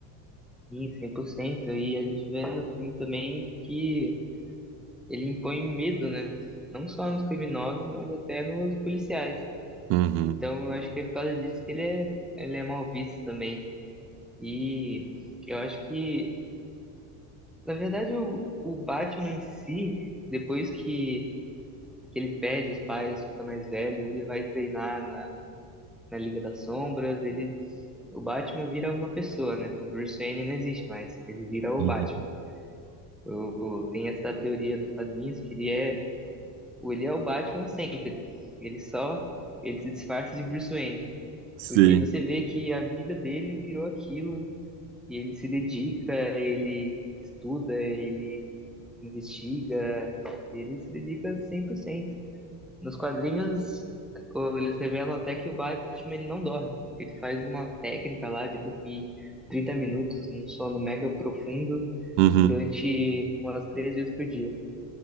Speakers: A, in the centre; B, on the right.
A: Sim, cem por cento E a gente vê no filme também que ele impõe medo, né? Não só nos criminosos, mas até nos policiais.
B: Uhum,
A: Então, eu acho que é por causa disso que ele é, ele é mal visto também. E eu acho que Na verdade, o, o Batman em si, depois que, que ele perde os pais, fica mais velho, ele vai treinar na, na Liga das Sombras, ele, o Batman vira uma pessoa, né? O Bruce Wayne não existe mais, ele vira o
B: uhum.
A: Batman. O- o- tem essa teoria nos quadrinhos que ele é, o- ele é o Batman sempre. Ele só, ele se disfarça de Bruce Wayne,
B: Sim,
A: porque você vê que a vida dele virou aquilo, e ele se dedica, ele estuda, ele investiga, ele se dedica cem por cento Nos quadrinhos, o- eles revelam até que o Batman ele não dorme. Ele faz uma técnica lá de dormir 30 minutos num sono mega profundo
B: uhum,
A: durante umas três vezes por dia.